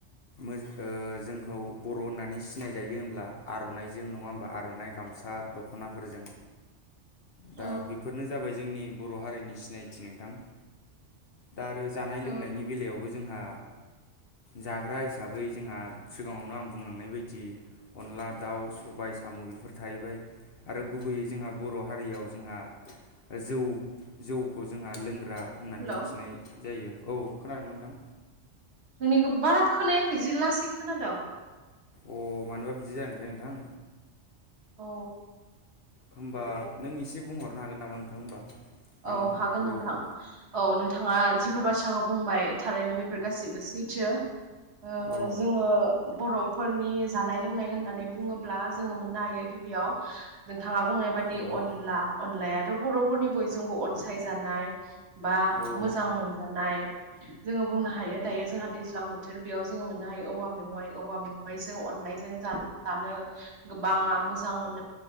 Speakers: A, on the left; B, on the right.
A: मो-ओ जोंखौ बर' होननानै सिनायजायो होमब्ला आर'नाइजों नङा होमबा आर'नाइ गाम- सा दख'नाफोरजों दा
B: उम
A: बेफोरनो जाबाय जोंनि बर' हारिनि सिनायथि नोंथां। दा आरो जानाय लोंनायनि
B: उम
A: बेलायावबो जोंहा जाग्रा हिसाबै जोंहा सिगाङावनो आं बुंलांनाय बायदि अनला दाउ, सबाय सामु बेफोर थाहैबाय। आरो गुबैयै जोंहा बर' हारियाव जोंहा जौ जौ खौ जोंहा लोंग्रा होननानै
B: हेलौ
A: मिथिनाय जायो। औ खोनादों नोंथां?
B: नोंनिखौ बारा खोनायाखै जि लासै खोनादों।
A: अ मानोबा बिदि जादोंथाय नोंथां।
B: औ
A: होमबा नों एसे बुंहरनो हागोन नामा नोंथां? आं
B: औ हागोन
A: र'
B: नोंथां औ नोंथाङा जिफोर बाथ्राखौ बुंबाय थारैनो बेफोर गाैबो सैथो। ओ
A: औ
B: जोङो बर'फोरनि जानाय लोंनाय होननानै बुङोब्ला जोङो मोननो हायो गिबियाव नोंथाङा बुंनाय बादि
A: उम
B: अनला अनलायाथ' बर'फोरनि बयजोंबो अनसायजानाय बा
A: औ
B: मोजां मोनजानाय जोङो बुंनो हायो दायो जोंहा दैज्लां बोथोर बेयाव जोङो मोननो हायो औवा मेवाइ औवा मेवाइजों अनला लाजों जाफानो गोबाङा मोजां मोनो